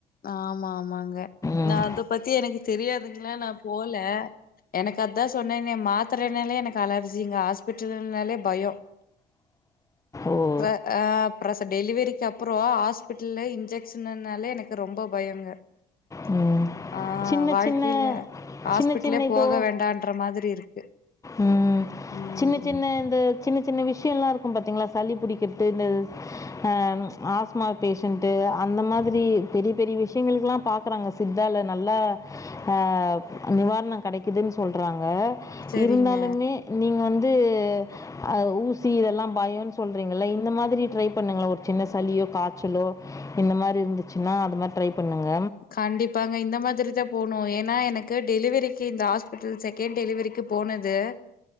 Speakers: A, on the left (about 45°); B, on the left (about 15°).
A: ஆமா ஆமாங்க
B: ம்
A: நா அத பத்தி எனக்கு தெரியாதுங்களா நா போல எனக்கு அத்தா சொன்னனே மாத்தரைனாலே எனக்கு அலர்ஜிங்க ஹாஸ்பிட்டல்னாலே பயம்!
B: ஓ
A: அ அப்பிரச டெலிவரிக்கு அப்பறே ஹாஸ்பிட்டல்ல இன்ஜெக்ஷ்ன்னாலே எனக்கு ரொம்ப பயங்க
B: ம்.
A: <inaudible> ஆ
B: சின்ன
A: வாழ்க்கையில
B: சின்ன
A: ஹாஸ்பிட்லே
B: சின்ன சின்ன இப்போ
A: போக வேண்டான்ற மாதிரி இருக்கு
B: ம்
A: ம்
B: சின்ன சின்ன இந்த சின்ன சின்ன விஷயம்ல்லா இருக்கு பாத்தீங்களா சளி புடிக்கிற்து இந்த அ ஆஸ்மா பேஷன்ட்டு அந்த மாதிரி பெரிய பெரிய விஷயங்களுக்குல்லா பாக் பாக்குறாங்க சித்தால நல்லா ஆ நிவார்ண கெடைக்குதுன்னு சொல்றாங்க
A: செரிங்க
B: இருந்தாலுமே நீங்க வந்து அ ஊசி இதெல்லா பயோன் சொல்றீங்கள்ல இந்த மாதிரி ட்ரை பண்ணுங்ள ஒரு சின்ன சளியோ காய்ச்சலோ இந்த மாரி இருந்துச்சுன்னா அது மாதிரி ட்ரை பண்ணுங்க
A: கண்டிப்பாங்க இந்த மாதிரி தா போனு ஏன்னா எனக்கு டெலிவரிக்கு இந்த ஹாஸ்பிட்டல் செ கன்ட் டெலிவரிக்கு போனது